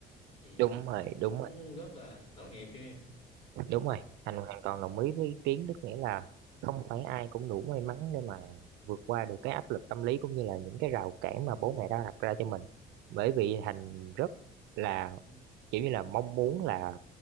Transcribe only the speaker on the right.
đúng rồi đúng
rồi
đúng rồi
Thành hoàn toàn đồng ý với ý kiến tức nghĩa là không phải ai cũng đủ may mắn để mà vượt qua được cái áp lực tâm lý cũng như là những cái rào cản mà bố mẹ đã đặt ra cho mình bởi vì Thành rất là
kiểu như là mong muốn là